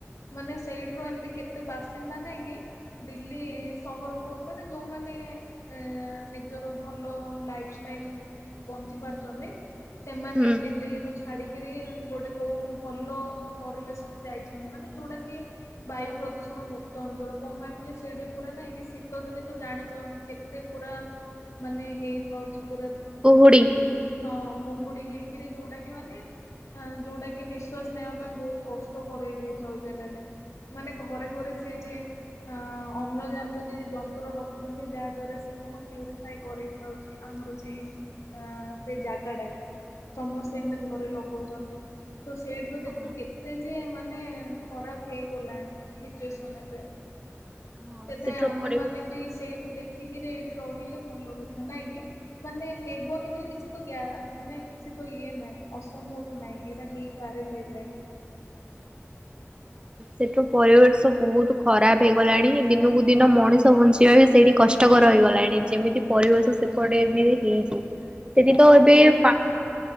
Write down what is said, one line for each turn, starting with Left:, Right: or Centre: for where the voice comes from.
Left: ମାନେ ସେଇଠୁ ଏମିତି କେତେ ବାସିନ୍ଦା ନାଇଁ କି ଦିଲ୍ଲୀ ସହରକୁ ମାନେ ଯୋଉଁମାନେ ମାନେ ଅଂ ନିଜର ଭଲ ଲାଇଫଷ୍ଟାଇଲ ବଞ୍ଚି ପାରୁଛନ୍ତି ସେମାନେ
Right: ହୁଁ।
Left: ଦିଲ୍ଲୀରୁ ଛାଡିକି ଗୋଟେ କୋଉଁ ଭଲ ପରିବେଶ କୁ ଯାଇଛନ୍ତି ମାନେ ଯୋଉଁଟା କି ବାୟୁ ପ୍ରଦୂଷଣ ଣ ମୁକ୍ତ ଅଞ୍ଚଳ କଣ ପାଇଁ ବଲେ ସେଇଟି ପୁରା ନାଇଁ କି ଶୀତ ଦିନେ ତ ଜାଣିଛ କେତେ ପୁରା ମାନେ ହେଇଥାଉଛି ପୁରା
Right: ଉଡି
Left: ହଁ କୁହୁଡି ହେଇକିରି ଯୋଉଁଟାକି ମାନେ ଯୋଉଁଟା କି ନିଶ୍ଵାସ ନେବା ପାଇଁ ବହୁତ କଷ୍ଟ କରରେଇ ଦେଇଥାଉ ଯେଡେ ମାନେ ଘରେ ଘରେ ସେ ଯେ ଅମ୍ଳଜାନ ର ଯନ୍ତ୍ର ରଖିଛନ୍ତି ଯାହା ଦ୍ୱାରା ସେ କଣ ପ୍ୟୁରିଫାଇ କରେଇଥାଉଛି ଆମର ଯ ସେଇ ଜାଗାଟାକୁ ସମସ୍ତେ ଏମିତି ଘରେ ଲଗଉଛନ୍ତି। ତ ସେଇଠୁ
Right: ହଁ
Left: ଦେଖୁ କେତେ ଯେ ମାନେ ଖରାପ ହେଇଗଲାଣି ସିଚୁଏସନ ଏବେ
Right: ହଁ
Left: ସେଥାଇଁ
Right: ସେଠୁ
Left: ଆମେ
Right: ପରିବେଶ
Left: ମାନେ ବି ସେଇଠୁ ଦେଖି ଦେଖିକିରି ଏଇଠି ରହିଲେ ଭଲ କଥା ନାଇଁ କିି ମାନେ ହେବନି ବୋଲି କିଛି ତ ମାନେ କିଛି ତ ଇଏ ନାହିଁ ଅସମ୍ଭବ ନାହିଁ ଏଇଟା ହେଇପାରେ ବି ହେଲେ <inaudible> <inaudible>
Right: ସେଠୁପରିବେଶ ବହୁତ ଖରାପ ହେଇଗଲାଣି ଦିନକୁ ଦିନ ମଣିଷ ବଞ୍ଚିବା ବି ସେଇଠି କଷ୍ଟକର ହେଇଗଲାଣି ଯେମିତି ପରିବେଶ ସେପଟେ ଏମିତି ହେଇଛି। ସେଠି
Left: ହଁ
Right: ତ ଏବେ
Left: ସେଇଟା
Right: ପା
Left: ପାଇଁ